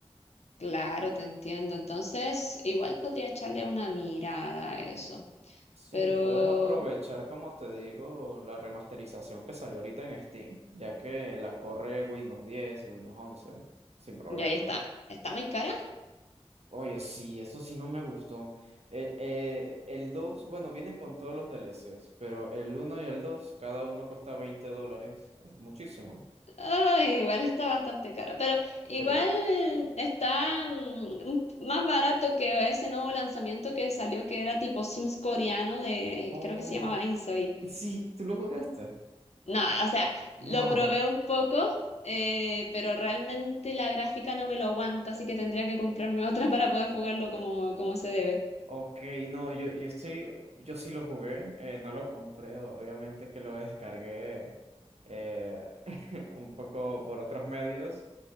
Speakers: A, on the left; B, on the right.
A: Claro, te entiendo. Entonces, igual podría echarle una mirada a eso.
B: Sí,
A: Pero,
B: puedes aprovechar, como te digo, la remasterización que salió ahorita en Steam, ya que la corre Windows diez Windows once sin problema.
A: y ahí está. ¿Está muy cara?
B: Oye, sí, eso sí no me gustó. El, eh, el 2, bueno, vienen con todos los DLCs, pero el uno y el 2, cada uno cuesta 20 dólares. Es muchísimo.
A: Ay, igual está bastante cara. Pero igual
B: Sí.
A: está mm, un p- más barato que ese nuevo lanzamiento que salió, que era tipo Sims coreano de,
B: Oh,
A: creo que se llamaba Insoy.
B: sí, ¿tú lo jugaste?
A: No, o sea,
B: No.
A: lo probé un poco, eh, pero realmente la gráfica no me lo aguanta, así que tendría que comprarme <laughs> otra para poder jugarlo como, como se debe.
B: Ok, no, yo, yo estoy, yo sí lo jugué, eh, no lo compré, o- obviamente que lo descargué eh, <laughs> un poco por otros medios.